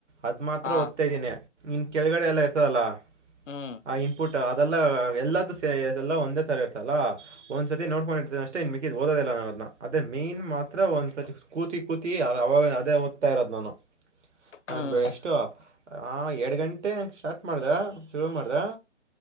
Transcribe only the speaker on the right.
ಅದು ಮಾತ್ರ
ಓದ್ತಾಯ ಇದ್ದೀನಿ ಇನ್ನು ಕೆಳಗಡೆ ಎಲ್ಲ ಇರ್ತದಲ್ಲ
ಆ ಇನ್ಪುಟ್ ಅದೆಲ್ಲ ಎಲ್ಲಾದು ಎಲ್ಲ ಒಂದೇ ತರ ಇರ್ತಲ್ಲ ಒಂದ್ ಸತಿ ನೋಟ್ಕೊಂಡಿರ್ತೇ ಅಷ್ಟೇ ಮಿಕ್ಕಿದು ಓದೋದೇ ಇಲ್ಲ ನಾನು ಅದೇ ಮೇನ್ ಮಾತ್ರ ಒಂದ್ಸತಿ ಕೂತಿ ಕೂತಿ ಅವಾಗ ಅದೇ ಓದ್ತಾ ಇರೋದ್ ನಾನು ನಂದು
ಎಷ್ಟು ಆ ಎರಡ್ ಗಂಟೆ ಸ್ಟಾರ್ಟ್ ಮಾಡ್ದ ಶುರು ಮಾಡ್ದ